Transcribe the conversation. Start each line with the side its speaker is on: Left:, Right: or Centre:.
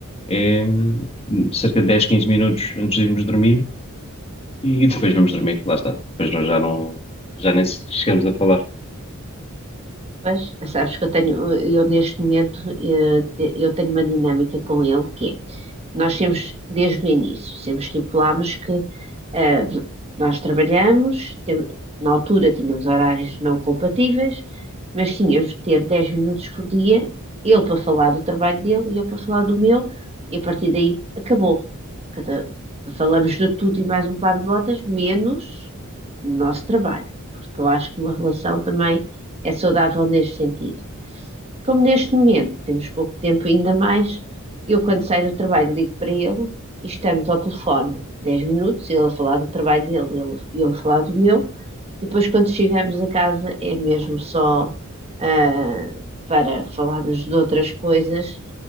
Left: É hum, cerca de 10 15 minutos antes de irmos dormir e <laughs> depois vamos dormir, lá está. Depois nós já não, já nem se- chegamos a falar.
Right: Mas sabes que eu tenho, eu neste momento, eh, te- eu tenho uma dinâmica com ele que é, Nós temos desde o início, sempre estipulámos que eh, nós trabalhamos, tem- na altura tínhamos horários não compatíveis, mas tínhamos que ter 10 minutos por dia, ele para falar do trabalho dele e eu para falar do meu, e a partir daí acabou. Cada- falamos de tudo e mais um par de botas, menos o nosso trabalho, porque eu acho que uma relação também é saudável neste sentido. Como neste momento temos pouco tempo ainda mais, eu quando saio do trabalho ligo para ele e estamos ao telefone 10 minutos, ele a falar do trabalho dele, e eu a falar do meu, e depois quando chegamos a casa é mesmo só ah, para falarmos de outras coisas,